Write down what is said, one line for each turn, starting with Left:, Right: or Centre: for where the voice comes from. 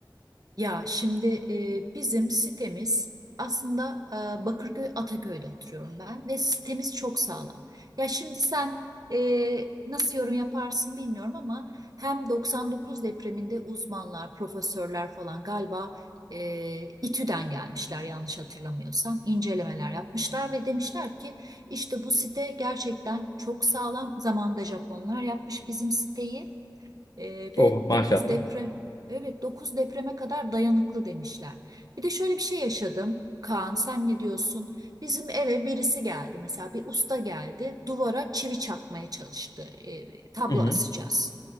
Right: Ya şimdi e, bizim sitemiz aslında e, Bakırköy Ataköy'de oturuyorum ben ve sitemiz çok sağlam. Ya şimdi sen e, nasıl yorum yaparsın bilmiyorum ama hem 99 depreminde uzmanlar, profesörler falan galiba e, İTÜ'den gelmişler yanlış hatırlamıyorsam incelemeler yapmışlar ve demişler ki işte bu site gerçekten çok sağlam. Zamanında Japonlar yapmış bizim siteyi. Ee, ve
Left: Oh maşallah.
Right: 9 deprem evet 9 depreme kadar dayanıklı demişler. Bir de şöyle bir şey yaşadım. Kaan sen ne diyorsun? Bizim eve birisi geldi mesela bir usta geldi duvara çivi çakmaya çalıştı. Ee, tablo
Left: Hı hı.
Right: asacağız.